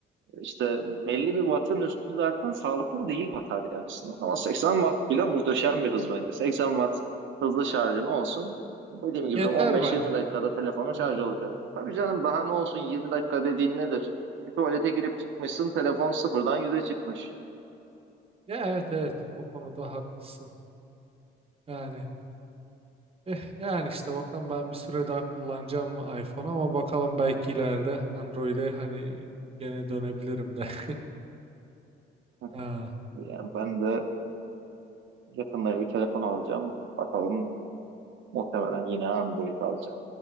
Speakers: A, on the right (about 70°); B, on the right (about 30°).
A: İşte belli bir wattın üstü zaten sağlıklı değil batarya açısından. Ama 80 watt bile muhteşem bir hız bence. 80 watt hızlı şarjın olsun. Dediğim gibi
B: yeter
A: 15-20
B: bence.
A: dakikada telefonun şarj
B: Evet.
A: olacak. Tabii canım daha ne olsun 20 dakika dediğin nedir? Bir tuvalete girip çıkmışsın telefon sıfırdan yüze çıkmış.
B: Ya evet evet o konuda haklısın. Yani eh, yani işte bakalım ben bir süre daha kullanacağım iPhone'u ama bakalım belki ileride Android'e hani gene dönebilirim de. <laughs>
A: <laughs>
B: Ha.
A: Yani ben de yakında bir telefon alacağım. Bakalım muhtemelen yine Android alacağım.